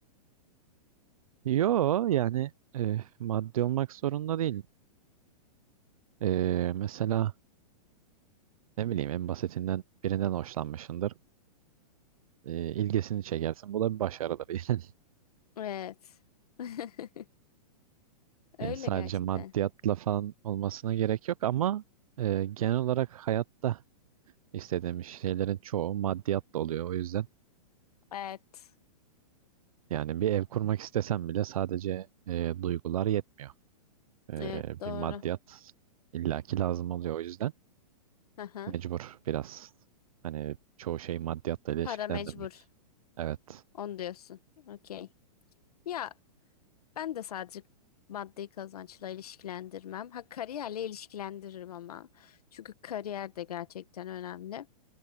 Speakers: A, on the right; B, on the left.
A: Yo yani e, maddi olmak zorunda değil. E, mesela ne bileyim en basitinden birinden hoşlanmışsındır. E, ilgisini çekersin. Bu da bir başarıdır. <laughs>
B: Evet. <laughs> Öyle
A: Yani sadece
B: gerçekten.
A: maddiyatla falan olmasına gerek yok ama e, genel olarak hayatta istediğimiz şeylerin çoğu maddiyatla oluyor. O yüzden
B: Evet.
A: yani bir ev kurmak istesem bile sadece e, duygular yetmiyor. E,
B: Evet doğru.
A: bir maddiyat illaki lazım oluyor o yüzden.
B: Aha.
A: Mecbur biraz. Hani çoğu şeyi maddiyatla ilişkilendirmek.
B: Para mecbur.
A: Evet.
B: Onu diyorsun. Okey. Ya ben de sadece maddi kazançla ilişkilendirmem. Ha kariyerle ilişkilendiririm ama. Çünkü kariyer de gerçekten önemli.